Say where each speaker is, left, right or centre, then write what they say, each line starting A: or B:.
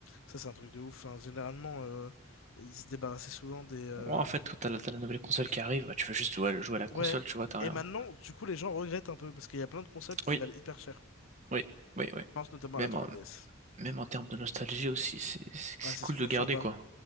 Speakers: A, on the left (about 70°); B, on the right (about 35°).
A: ça c'est un truc de ouf. Enfin, généralement, euh, ils se débarrassaient souvent des, euh,
B: Ouais, en fait quand t'as la, t'as la nouvelle console qui arrive, bah, tu veux juste ouais, jouer à la console,
A: ouais.
B: tu vois, t'as
A: Et
B: rien.
A: maintenant, du coup, les gens regrettent un peu parce qu'il y a plein de consoles qui
B: Oui,
A: valent hyper cher. Je
B: oui, oui, oui.
A: pense notamment
B: Même
A: à la 3DS.
B: en, même en termes de nostalgie aussi, c'est c'est- c'est
A: Ah, c'est
B: cool
A: toujours
B: de garder
A: sympa.
B: quoi.